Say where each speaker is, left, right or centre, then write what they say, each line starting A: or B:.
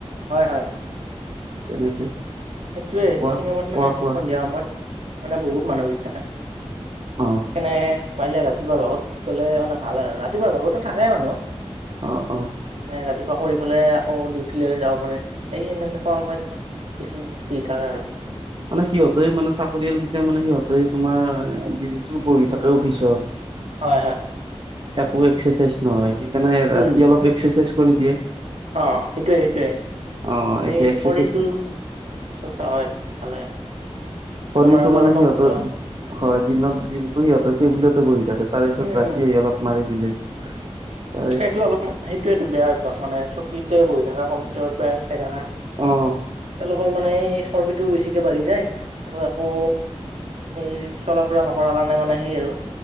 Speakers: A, on the right; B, on the right.
A: হয়, হয়,
B: তেনেকে
A: সেইটোৱে
B: কোৱা
A: সেইখিনি সময়ত
B: কোৱা
A: মানে
B: কোৱা
A: সন্ধিয়া সময়ত মানে বহুত মানুহ ভিৰ থাকে।
B: অ'।
A: সেইকাৰনে পাৰিলে ৰাতিপুৱাৰ ভাগত গ'লে মানে ভাল ৰাতিপুৱাৰ ভাগতো থাকেই মানুহ।
B: অ', অ'।
A: মানে ৰাতিপুৱা কৰি ফেলাই আকৌ ডিউটি লৈ যাব পাৰে। সেই এনেকুৱা সময় তোমাৰ বেছি ফ্ৰী থাকে আৰু
B: মানে সিহঁতে মানে চাকৰিয়াল কেইটা মানে সিহঁতে তোমাৰ
A: হয়
B: দিনটো বহি থাকে। অফিচত
A: হয়। হয়।
B: একো এক্সাৰচাইজ নহয়। সেইকাৰণে ৰাতি
A: উম
B: অলপ এক্সাৰচাইজ কৰি দিয়ে।
A: অ', সেইটোৱে-সেইটোৱে।
B: অ
A: মানে
B: এতিয়া এক্সাৰচাইজটো
A: শৰীৰটো চৰ্চা হয়। ভালে
B: শৰীৰটো
A: বেমাৰ আজাৰৰ
B: মানে সিহঁতৰ
A: পৰা মুক্ত
B: হয়। দিনত দিনটো সিহঁতে টেবুলতে বহি থাকে। তাৰ পিছত
A: উম
B: ৰাতিয়ে অলপ মাৰি দিলে। তাৰে
A: এইটো অলপ সেইটোয়েটো বেয়া অভ্যস মানে চকীতে বহি থকা কম ভিতৰত বাই চাই থকা
B: অ
A: তেওঁলোক অকল মানে এই চৰ্বিটো বেছিকে বাঢ়ি যায় আৰু আকৌ এই চলা ফুৰা নকৰৰা কাৰণে মানে সেই আৰু